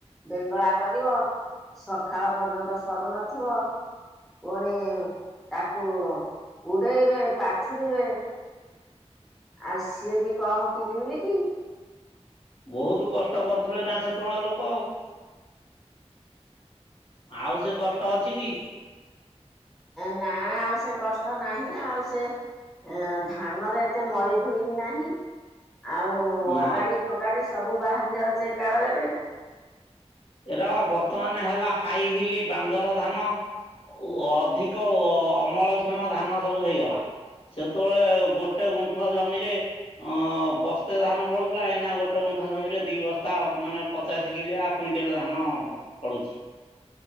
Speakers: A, in the centre; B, on the left.
A: ବେଙ୍ଗେଳା କରିବ ସକାଳ ପର୍ଯ୍ୟନ୍ତ ସରୁ ନଥିବ। ପୁଣି ତାକୁ ଉଡେଇବେ ପାଛୁଡିବେ। ଆଉ ସିଏ ବି କମ କିିଲି ବିଲି କି।
B: ବହୁତୁ କଷ୍ଟ କରୁଥିଲେ ନା ସେତେବେଳେ ଲୋକ ଆଉ। ଆଉ ସେ କଷ୍ଟ ଅଛି କି।
A: ନା ଆଉ ସେ କଷ୍ଟ ନାହିଁ ଆଉ ସେ ଏଁ ଧାନରେ ଏତେ ମଳି ଧୂଳି ବିି ନାହିଁ। ଆଉ
B: ନା।
A: ଅଗାଡି ଫଗାଡି ସବୁ ବାହାରି ଯାଉଚି ଏକା ବେଳକେ।
B: ଏରା ପା ବର୍ତ୍ତମାନେ ହେଲା ହାଇ ହିଲି ବାଙ୍ଗର ଧାନ। ଓ ଅଧିକ ଅମଳକ୍ଷମ ଧାନ ସବୁ ହେଇଗଲା। ସେତେବେଳେ ଗୋଟେ ଗୁଣ୍ଠ ଜମିରେ ଅଁ ବସ୍ତେ ଧାନ ଫଳୁଥିଲା ଏଇନା ଗୋଟେ ଗୁଣ୍ଠ ଜମିରେ ଦି ବସ୍ତା ମାନେ ପଚାଶେ କିଲିଆ କୁଇଣ୍ଟେଲେ ଧାନ ପଳୁଛି